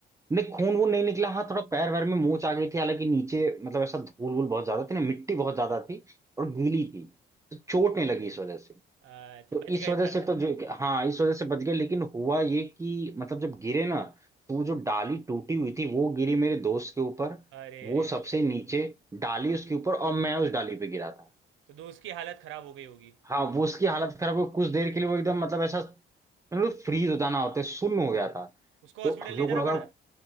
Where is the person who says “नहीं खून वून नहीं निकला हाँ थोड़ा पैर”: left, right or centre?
Right